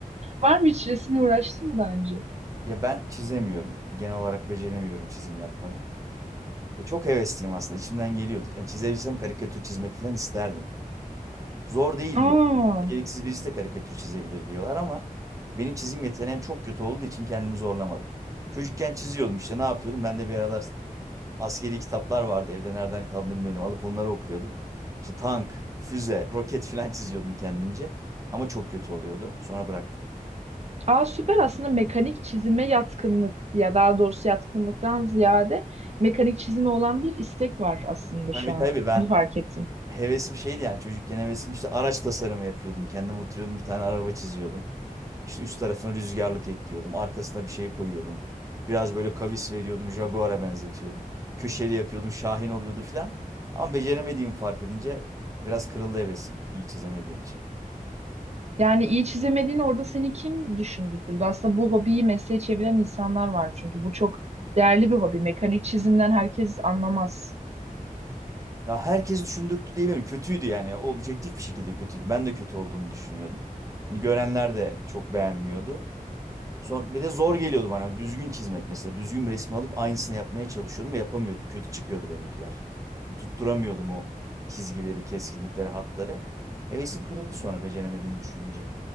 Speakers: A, on the right; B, on the right.
A: Var mı hiç resimle uğraştın mı daha önce?
B: Ya ben çizemiyorum. Genel olarak beceremiyorum çizim yapmayı. Ya çok hevesliyim aslında. İçimden geliyordu. Yani çizebilsem karikatür çizmek falan isterdim. Zor değil diyor.
A: Aa,
B: Beceriksiz birisi de karikatür çizebilir diyorlar ama benim çizim yeteneğim çok kötü olduğu için kendimi zorlamadım. Çocukken çiziyordum işte ne yapıyordum? Ben de bir aralar askeri kitaplar vardı evde nereden kaldığını bilmedim. Alıp onları okuyordum. İşte tank, füze, roket filan <laughs> çiziyordum kendimce. Ama çok kötü oluyordu. Sonra bıraktım.
A: aa süper aslında mekanik çizime yatkınlık ya daha doğrusu yatkınlıktan ziyade mekanik çizime olan bir istek var aslında
B: Tabii
A: şu an.
B: tabii ben
A: Onu fark ettim.
B: hevesim şeydi yani çocukken hevesim işte araç tasarımı yapıyordum. Kendim oturuyordum bir tane araba çiziyordum. İşte üst tarafına rüzgarlık ekliyordum. Arkasına bir şey koyuyordum. Biraz böyle kavis veriyordum. Jaguar'a benzetiyordum. Köşeli yapıyordum. Şahin oluyordu filan. Ama beceremediğimi fark edince biraz kırıldı hevesim. iyi çizemediğim için.
A: Yani iyi çizemediğini orada seni kim düşündürttü? Aslında bu hobiyi mesleğe çeviren insanlar var çünkü bu çok değerli bir hobi. Mekanik çizimden herkes anlamaz.
B: Ya herkes düşündürttü diyebilirim. Kötüydü yani. O objektif bir şekilde kötüydü. Ben de kötü olduğunu düşünüyordum. Hani görenler de çok beğenmiyordu. Son, bir de zor geliyordu bana. Düzgün çizmek mesela. Düzgün bir resmi alıp aynısını yapmaya çalışıyordum ve yapamıyordum. Kötü çıkıyordu benimkiler. Yani tutturamıyordum o çizgileri, keskinlikleri, hatları. Hevesim kırıldı sonra beceremediğimi düşününce.